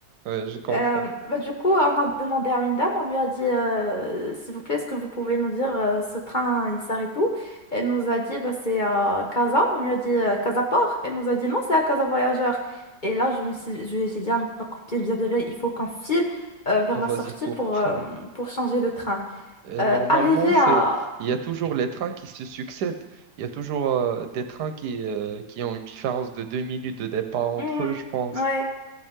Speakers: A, on the right; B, on the left.
A: ouais, je comprends.
B: Euh, bah, du coup, on a demandé à une dame, on lui a dit euh, s'il vous plaît, est-ce que vous pouvez nous dire euh, ce train il s'arrête où? Elle nous a dit bah, c'est à Casa, on lui a dit euh, Casa Port, elle nous a dit non, c'est à Casa Voyageur. Et là, je me suis, je- j'ai dit à ma copine, bien, bien, bien, il faut qu'on file euh, vers
A: Oh,
B: la
A: Vas-y,
B: sortie
A: cours.
B: pour, euh,
A: <laughs>
B: pour changer de train.
A: Et
B: Euh,
A: normalement,
B: arrivé
A: c'est,
B: à.
A: il y a toujours les trains qui se succèdent. Il y a toujours euh, des trains qui, euh, qui ont une différence de deux minutes de départ entre
B: Hmm,
A: eux, je pense.
B: ouais,